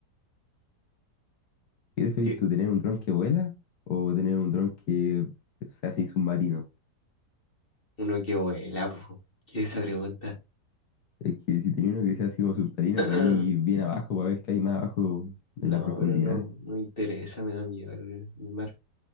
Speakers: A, on the left; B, on the left.
A: ¿Qué preferís
B: Que
A: tú, tener un dron que vuela o tener un dron que sea así submarino?
B: Uno que vuela, po. ¿Qué es esa pregunta?
A: Es que si tenés uno que sea así como submarino,
B: <clears throat>
A: podés ir bien abajo para ver qué hay más abajo en
B: No,
A: la profundidad.
B: pero no, no interesa, me da miedo el, el mar.